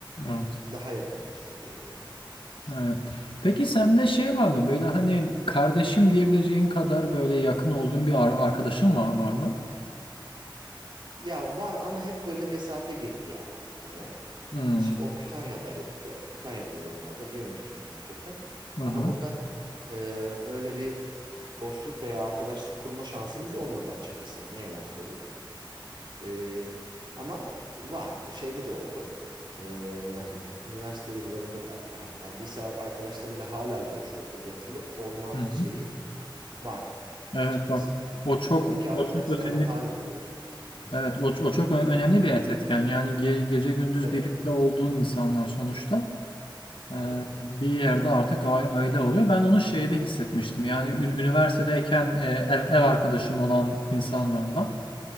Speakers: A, on the left; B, on the right.
A: Evet.
B: Biz daha yakınlaştık diyelim yani.
A: Aynen. Peki sende şey var mı? Böyle hani kardeşim diyebileceğin kadar böyle yakın olduğun bir ar- arkadaşın var, var mı?
B: Ya var ama hep böyle mesafe girdi yani araya.
A: Hı hı.
B: E Şimdi o Kütahya'daydı. Kütahya'dalar onlar da bir önceki memleketten.
A: Hı
B: Daha
A: hı.
B: burada e, öyle bir dostluk veya arkadaşlık kurma şansımız olmadı açıkçası. Ne yalan söyleyeyim. E, ama var. Şeyde de oldu. E, hani üniversite yıllarında da hatta lise arkadaşlarıyla hala görüşüyoruz. O yatılı olma
A: Hı
B: şeyi
A: hı.
B: var açıkçası.
A: Evet bak. O çok
B: Oradaki
A: o
B: arkadaşlarla
A: çok önemli
B: hala görüşüyoruz. Hı hı.
A: Evet, o, o çok ö- önemli bir et- etken. Yani ge- gece gündüz
B: Tabii.
A: birlikte olduğun insanlar sonuçta e,
B: Hı hı.
A: bir yerde artık
B: E,
A: a- aile oluyor. Ben onu şeyde hissetmiştim. Yani ü- üniversitedeyken e, ev, ev arkadaşım olan insanlarla